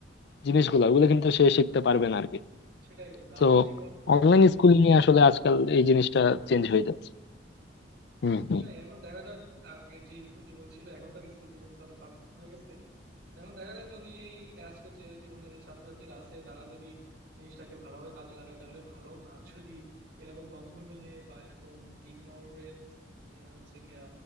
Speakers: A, on the left; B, on the right.
A: জিনিসগুলো ওগুলো কিন্তু সে শিখতে পারবে না আরকি
B: সেটাই বন্ধু
A: তো
B: আগের জীবন
A: অনলাইন
B: আর এই জীবন
A: স্কুলিং
B: এক
A: এ
B: না
A: আসলে আজকাল এই জিনিসটা চেঞ্জ হয়ে যাচ্ছে হুম হুম
B: এটাই এখন দেখা যাক আগের যে স্কুল জীবন ছিল এখনকার স্কুল জীবনে তো অনেক পার্থক্য হয়ে গেছে এখন দেখা যাক যদি এই আজকের যে জীবনে যে ছাত্রছাত্রীরা আছে তারা যদি জিনিসটাকে ভালোভাবে কাজে লাগায় তাহলে ভালো না যদি এরকম দম্ভ নিয়ে বা এরকম ইগনোরেন্স নিয়ে হচ্ছে গিয়া